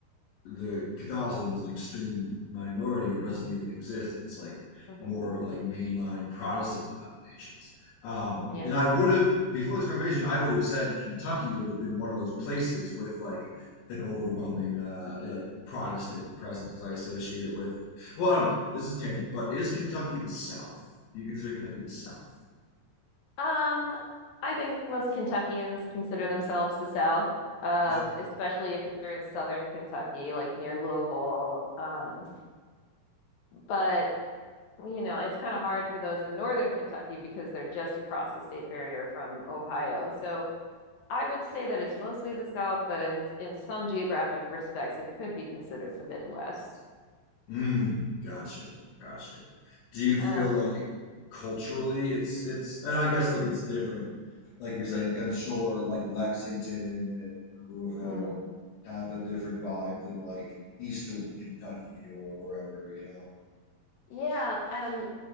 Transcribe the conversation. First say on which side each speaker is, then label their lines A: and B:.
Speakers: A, on the left; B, on the left.
A: the Catholicism is an extreme minority or doesn't even exist, and it's like
B: hmm
A: more like mainline Protestant denominations. Um,
B: Yeah.
A: and I would have before this conversation, I would have said Kentucky would have been one of those places with like an overwhelming uh, like Protestant presence because I associate it with. Well, I don't know. This is a tangent, but is Kentucky the South? Do you consider Kentucky the South?
B: Um, I think most Kentuckians consider themselves the South, um,
A: That was
B: especially if you're in Southern Kentucky, like near Louisville. Um, But you know, it's kind of hard for those in northern Kentucky because they're just across the state barrier from Ohio. So I would say that it's mostly the South, but in in some geographic respects, it could be considered the Midwest.
A: Mm, gotcha, gotcha. Do you feel
B: Um,
A: like culturally it's it's and I guess like it's different. Like you're saying, like I'm sure like Lexington and Louisville
B: mhm.
A: have a different vibe than like Eastern Kentucky or wherever, you know.
B: Yeah, um,